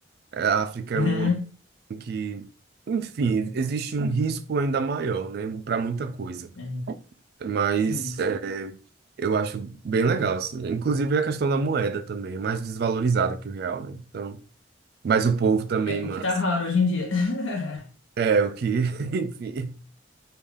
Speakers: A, on the right; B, on the left.
A: a África
B: Uhum.
A: é um ambiente que, enfim, existe um risco ainda maior, né? Para muita coisa.
B: É,
A: Mas
B: sim.
A: é, eu acho bem legal, assim. Inclusive a questão da moeda também, é mais desvalorizada que o real, né? Então Mas o povo também,
B: É,
A: mano.
B: o que tá raro hoje em dia. <laughs>
A: É, o que, <laughs> enfim.